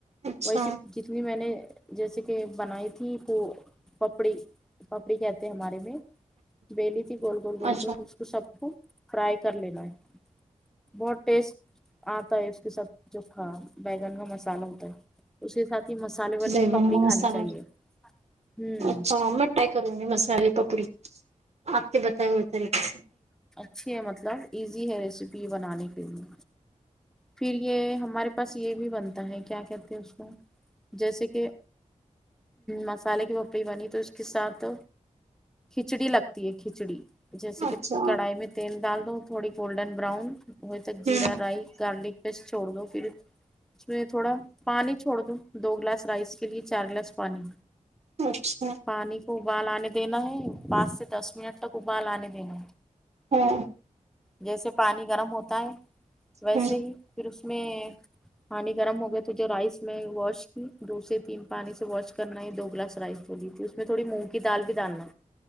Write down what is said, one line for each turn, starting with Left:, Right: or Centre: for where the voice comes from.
Right: اچھا
Centre: ویسی جتنی میں نے جیسے کہ بنائی وہ پپڑی پپڑی کہتے ہمارے میں بیلی تھی گول گول گول
Right: اچھا
Centre: کر اس کو سب کو فرائی کر لینا ہے بہت ٹیسٹ آتا ہے اس کے ساتھ جو کا بیگن کا مسالہ ہوتا ہے اس کے ساتھ ہی مسالے والی
Right: بیگن
Centre: پپڑی
Right: میں
Centre: کھانی
Right: مسالہ
Centre: چاہیے ہوں
Right: اچھا میں ٹائی کروں گی مسالے پپوڑی آپ نے بتائے ہوئے طریقے سے
Centre: اچھے مطلب ایزی ہے ریسیپی بنانے کے لیے پھر یہ ہمارے پاس یہ بھی بنتا ہے کیا کہتے ہیں اس کو جیسے کہ مسالے کی پپئی بنی تو اس کے ساتھ کھچڑی لگتی ہے کھچڑی جیسے کہ
Right: اچھا
Centre: کڑھائی میں تیل ڈال دو تھوڑی گولڈن براؤن ہوئے زیرہ
Right: ہ
Centre: رائی گار لک پسٹ چھوڑ دو پھر اس میں تھوڑا پانی چھوڑ دو دو گلاس رائس کے لیے چار گلاس پانی
Right: اچھا
Centre: پانی کو ابال آنے دینا ہے پانچ سے دس منٹ تک ابال آنے دینا ہے
Right: ہاں
Centre: جیسے پانی گرم ہوتا ہے ویسے
Right: ہ
Centre: ہی پھر اس میں پانی گرم ہو گیا تو جو رائس میں واش دو سے تین پانی سے واش کرنا یہ دو گلاس رائس جولی تھی اس میں تھوڑی مونگ کی دال بھی ڈالنا